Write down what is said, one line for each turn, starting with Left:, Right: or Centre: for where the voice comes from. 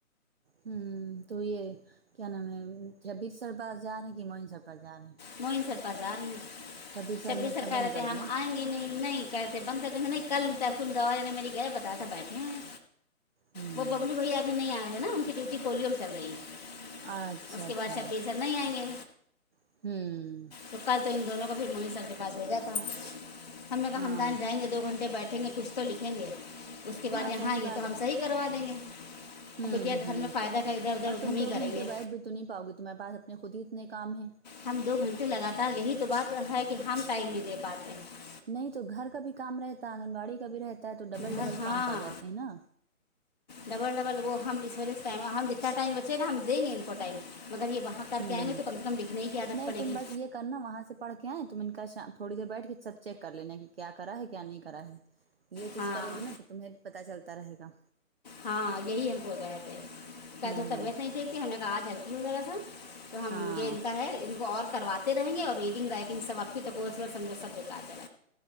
Right: ہ تو یہ کیا نام ہے شبیر سر پاس جا رہے ہیں کہ معین سر پس جا رہے ہیں
Left: معین سر پازار میں
Right: شبیر سر
Left: جب بھی
Right: نے اپنا
Left: سرکار
Right: بند
Left: رہتے
Right: کر
Left: ہم
Right: دیا
Left: آئیں گے نہیں نہیں کیسے بند تھا تو نہیں کل ت کن دوا نے میری گھر بتایا تھا بیٹھے ہیں
Right: ہوں
Left: وہ ببلو بھائی ابھی نہیں آ رہے ہیں نا ان کی ڈیوٹی پولیو میں چل رہی ہے
Right: اچھا
Left: اس
Right: اچھا
Left: کے بعد ش پیسا نہیں آئیں گے
Right: ہوں
Left: تو کل تو ان دونوں کو پھر معین سر کے پاس بھیجا تھا ہم مگ
Right: ہاں
Left: ہممدان جائیں گے دو گھنٹے بیٹھیں گے کچھ تو لکھیں گے اس کے بعد
Right: ہاں
Left: یہاں
Right: صحیح
Left: آئیں گے
Right: بات
Left: تو ہم
Right: ہے
Left: صحیح کروا دیں گے
Right: ہمم
Left: اب بیٹیا
Right: ہمم
Left: گھر میں فائدہ کا ادھر ادھر
Right: اور
Left: ادھم
Right: تم
Left: ہی
Right: دو
Left: کریں
Right: گھنٹے
Left: گے
Right: بیٹھ بھائی تو نہیں پاؤ گی تمہارے پاس خودی اتنے کام ہیں
Left: ہم دو گھنٹے لگاتار یہی تو بات ہے کہ ہم ٹائم نہیں دے پاتے ہیں
Right: نہیں تو گھر کا بھی کام رہتا آنگنباڑی کا بھی رہتا ہے تو ڈبل
Left: گھر
Right: ڈبل
Left: ہاں
Right: کام پڑ جاتے ہیں نا
Left: ڈبل ڈبل وہ ہم اس والولے اس ٹائم ہم جتنا ٹائم بچے گا ہم دیں گے ان کو ٹائم مگر یہ وہاں کر
Right: ہوں
Left: کے آئیں گے تو کم سے کم دکھنے کی آجادت
Right: نہیں
Left: پڑے
Right: تم
Left: گی
Right: بس یہ کرنا وہاں سے پڑھ کے آئے تم ان کا تھوڑی دیر بیٹھ کے سب چیک کر لینا کہ کیا کرا ہے کیا نہیں کرا ہے یہ چیز
Left: ہاں
Right: کرو گی نا تو تمہیں پتتا چلتا رہے گا
Left: ہاں یہ ہی ہم سوول رہے تھے کیا
Right: ہوں
Left: تو طبیعت نہیں ٹھیک تھی ہم نے کہا آج ہیلپ کی ذرا تھا تو ہم
Right: ہاں
Left: یہ ان کا ہے ان کو اور کرواتے رہیں گے اور ریڈنگ رائٹنگ سب آپ کی تق سمجھ سب دکھاتے ہیں